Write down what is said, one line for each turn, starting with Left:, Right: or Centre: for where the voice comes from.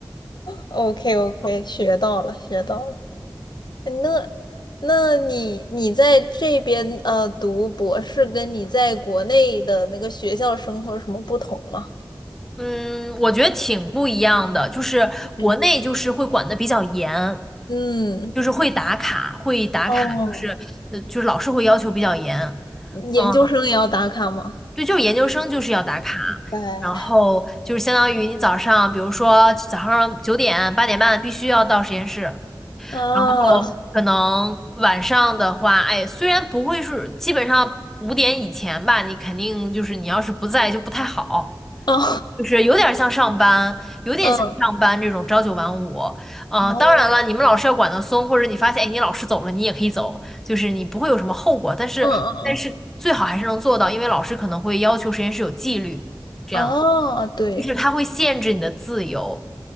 Left: ，OK OK，学到了学到了。那那你你在这边呃读博士，跟你在国内的那个学校生活有什么不同吗？
Centre: 嗯，我觉得挺不一样的，就是国内就是会管的比较严，
Left: 嗯嗯，
Centre: 就是会打卡，会打卡，
Left: 哦，
Centre: 就是呃，就是老师会要求比较严。
Left: 研究生也要打卡吗？
Centre: 嗯，对，就是研究生就是要打卡，
Left: 对，
Centre: 然后就是相当于你早上，比如说早上九点八点半必须要到实验室，
Left: 啊，
Centre: 哦，
Left: <laughs>
Centre: 可能晚上的话，哎，虽然不会是基本上五点以前吧，你肯定就是你要是不在就不太好。
Left: 哦，
Centre: 就是有点像上班，有点像上班这种朝九晚五。
Left: 嗯。
Centre: 呃，
Left: 哦
Centre: 当然了，你们老师要管得松，或者你发现，哎，你老师走了，你也可以走，就是你不会有什么后果。但是，
Left: 嗯嗯
Centre: 但是最好还是能做到，因为老师可能会要求实验室有纪律，这样
Left: 嗯，哦，对，
Centre: 就是他会限制你的自由。